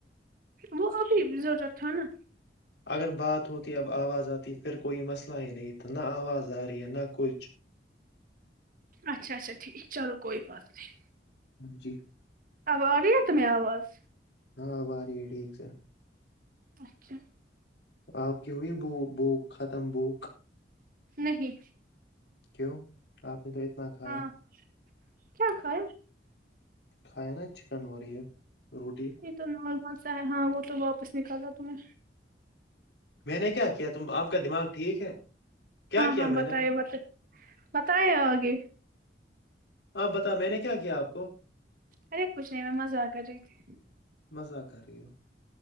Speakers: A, on the right; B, on the left.
A: وہ ابھی بھی ضرورت تھا نا
B: اگر بات ہوتی اب آواز آتی پھر کوئی مسئلہ ہی نہیں تو نہ آواز آ رہی ہے نہ کچھ
A: اچھا اچھا ٹھیک چلو کوئی بات نہیں
B: جی
A: آب آ رہ تو میں آواز
B: ہاں باری ٹھیک سے
A: اچھا
B: آپ کی ہو ہے ب بک ختم بک
A: نہیں
B: کیوں آپ نے تو اتنا کھایا
A: ہاں کیا کیا
B: کھایا نا چکن اوری روٹی
A: تو نارمل سا ہے ہاں وہ تو واپس نکالا تم نے
B: میں نے کیا کیا تم آپ کا دماغ ٹھیک ہے کیا
A: ہاں
B: کیا
A: ہاں
B: میں
A: بتائی
B: نے
A: بت بتے آگے
B: آپ بتا میں نے کیا کیا آپ کو
A: ارے کچھ نہیں میں مزہ کر رہی تھی
B: مذااک رہیو